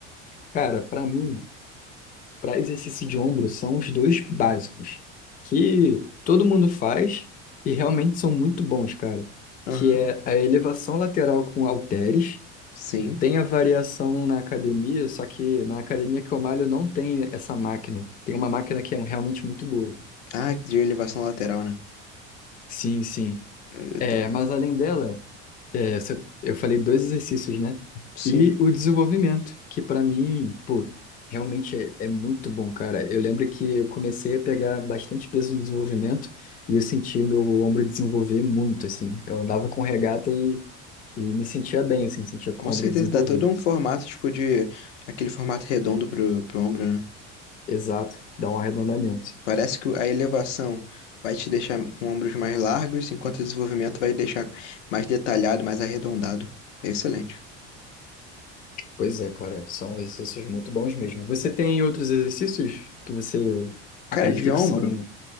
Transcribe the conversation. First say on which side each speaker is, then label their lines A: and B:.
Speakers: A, on the left (about 25°); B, on the left (about 85°).
A: Cara, pra mim, para exercício de ombro são os dois básicos, que todo mundo faz e realmente são muito bons, cara.
B: Aham.
A: Que é a elevação lateral com halteres.
B: Sim.
A: Tem a variação na academia, só que na academia que eu malho não tem essa máquina. Tem uma máquina que é realmente muito boa.
B: Ah, de elevação lateral, né?
A: Sim, sim.
B: Eu
A: É,
B: te-
A: mas além dela, É, se- eu falei dois exercícios, né?
B: Sim.
A: E o desenvolvimento, que para mim, pô, realmente é, é muito bom, cara. Eu lembro que eu comecei a pegar bastante peso no desenvolvimento e eu senti meu ombro desenvolver muito, assim. Eu andava com regata e, e me sentia bem, assim, sentia
B: Com
A: com o
B: certeza,
A: ombro desenvolvido.
B: dá todo um formato, tipo, de... Aquele formato redondo pro, pro ombro, né?
A: Exato, dá um arredondamento.
B: Parece que a elevação vai te deixar com ombros mais largos, enquanto o desenvolvimento vai deixar mais detalhado, mais arredondado. É excelente.
A: Pois é, cara, são exercícios muito bons mesmo. Você tem outros exercícios que você
B: Cara,
A: acredita
B: de ombro,
A: que são.